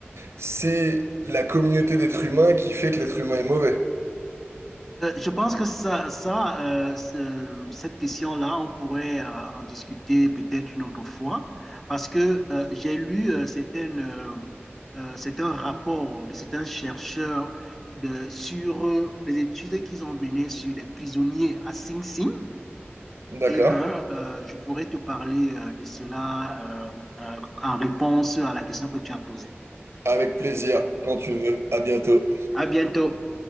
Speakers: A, on the right; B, in the centre.
A: c'est la communauté d'êtres humains qui fait que l'être humain est mauvais.
B: Euh, je pense que ça, ça euh, ce- cette question-là, on pourrait euh, en discuter peut-être une autre fois, parce que euh, j'ai lu, euh, c'est un, euh, euh, c'est un de certains chercheurs de, sur euh, les études qu'ils ont menées sur les prisonniers à Sing Sing.
A: D'accord?
B: Eh ben, euh, je pourrais te parler euh, de cela euh, euh, en réponse à la question que tu as posée.
A: Avec plaisir, quand tu veux. À bientôt.
B: À bientôt.